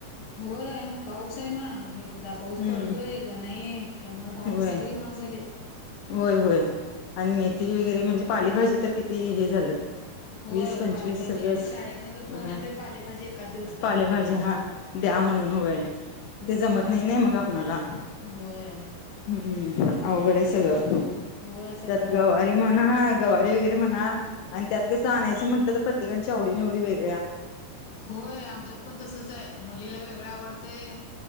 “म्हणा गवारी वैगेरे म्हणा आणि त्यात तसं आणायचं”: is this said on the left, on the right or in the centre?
Left